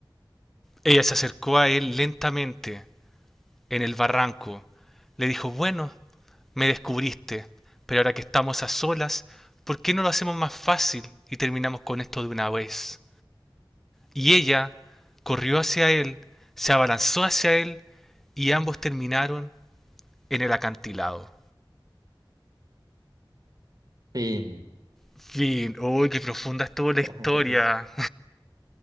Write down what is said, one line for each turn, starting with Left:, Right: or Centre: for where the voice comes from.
Centre: Ella se acercó a él lentamente, en el barranco. Le dijo, bueno, Me descubriste, pero ahora que estamos a solas, ¿por qué no lo hacemos más fácil y terminamos con esto de una vez? Y ella corrió hacia él, se abalanzó hacia él y ambos terminaron en el acantilado.
Right: Fin.
Centre: Fin. Uy, qué profunda estuvo la historia.
Right: <laughs> Francisco.